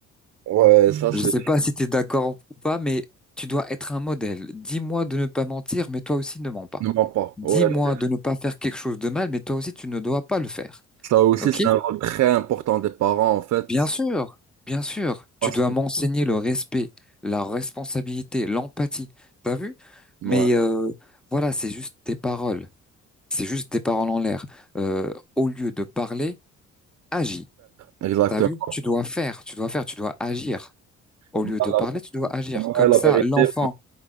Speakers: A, on the right; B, in the centre.
A: ouais, ça, c'est,
B: Je sais pas si tu es d'accord ou pas, mais tu dois être un modèle. Dis-moi de ne pas mentir, mais toi aussi ne mens pas.
A: ne mens pas.
B: Dis-moi
A: Ouais, c'est-
B: de ne pas faire quelque chose de mal, mais toi aussi tu ne dois pas le faire.
A: ça aussi,
B: Ok?
A: c'est un rôle très important des parents, en fait.
B: Bien sûr, bien sûr,
A: Parce
B: tu dois
A: que,
B: m'enseigner le respect, la responsabilité, l'empathie. T'as vu?
A: ouais,
B: Mais euh, voilà, c'est juste des paroles. C'est juste des paroles en l'air. Euh, au lieu de parler, agis.
A: exactement.
B: T'as vu? Tu dois faire, tu dois faire, tu dois agir. Au
A: Voilà.
B: lieu de parler, tu dois agir.
A: Ouais,
B: Comme
A: la
B: ça,
A: vérité.
B: l'enfant,